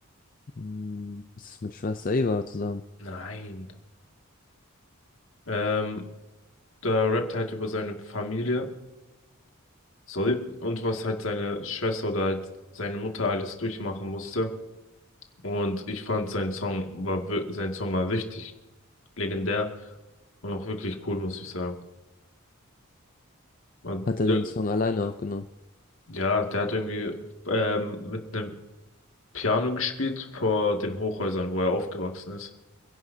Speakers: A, on the left (about 40°); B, on the left (about 65°).
A: Hm, Das ist mit Schwester Eva zusammen.
B: Nein. Ähm, da rappt halt über seine Familie. Sorry. Und was halt seine Schwester oder halt seine Mutter alles durchmachen musste. Und ich fand sein Song war, wir- sein Song war richtig legendär und auch wirklich cool, muss ich sagen. Und,
A: Hat er
B: äh,
A: den Song alleine aufgenommen?
B: ja, der hat irgendwie ähm, mit einem Piano gespielt vor den Hochhäusern, wo er aufgewachsen ist.